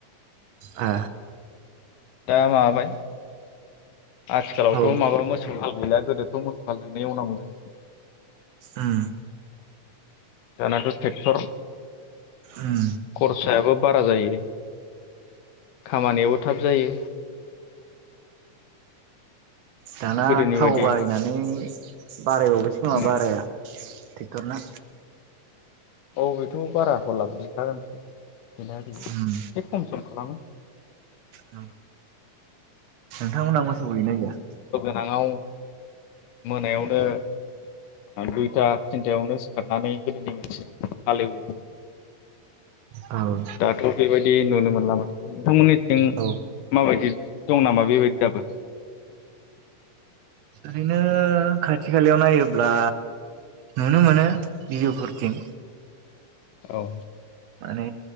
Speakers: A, on the right (about 80°); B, on the left (about 80°).
A: ओ
B: दा माबाबाय आथिखालावथ
A: औ
B: माबा मो मोसौ हाल गैलिया गोदोथ मोसौ हालजोंनो एवनांगौ जायोमोन
A: उम
B: दानाथ ट्रेक्टर
A: उम
B: खरसायाबो बारा जायो खामानियाबो थाब जायो
A: दाना
B: गोदोनि
A: थाव
B: बायदि
A: बायनानै बारायबावबायसो नामा
B: उम
A: बाराया ट्रेक्टरना
B: ओ बेथ बारा हलाब बिखागोनस बेना बि एसे
A: उम
B: खम सम खालामो
A: उम नोंथांमोनहा मोसौ गैना गैया?
B: दालाङाव मोनायावनो दुइथा थिनथायावनो सिखारनानै गोदोनि मानसिया हालेवो।
A: औ।
B: दाथ' बेबायदि नुनो मोनला माथो नोंथांमोनिथिं
A: औ
B: माबायदि, दं नामा बेबायदि दाबो?
A: ओरैनो <unintelligible> खाथि खालायाव नायो ब्ला नुनो मोनो। बिजु फुरथिं।
B: औ।
A: माने